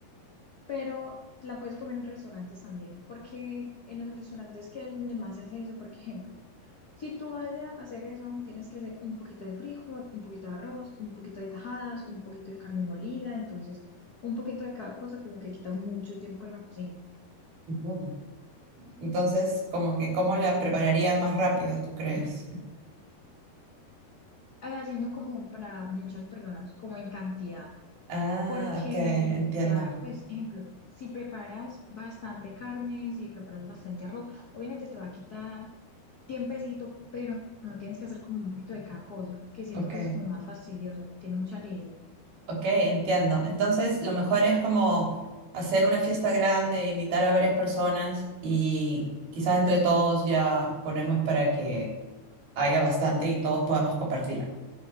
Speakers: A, on the left (about 80°); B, on the right (about 65°).
A: pero la puedes comer en restaurantes también, porque en los restaurantes que es donde más se hace eso, por ejemplo, si tú vas a hacer eso, tienes que hacer un poquito de frijol, un poquito de arroz, un poquito de tajadas, un poquito de carne molida, entonces un poquito de cada cosa como que quita mucho tiempo en la cocina,
B: Ujú. Entonces, como que, ¿cómo la prepararía más rápido, tú crees? <laughs>
A: eh, haciendo como para muchas personas, como en cantidad.
B: Ah,
A: Porque
B: ok, entiendo.
A: ya, pues, ejemplo, si preparas bastante carne, si preparas bastante arroz, obviamente te va a quitar tiempecito, pero no tienes que hacer como un poquito de cada cosa, que siento
B: Ok,
A: que eso es como más fastidioso, tiene mucha lidia.
B: ok, entiendo. Entonces, lo mejor es como hacer una fiesta grande, invitar a varias personas y quizás entre todos ya ponemos para que haya bastante y todos podamos compartir.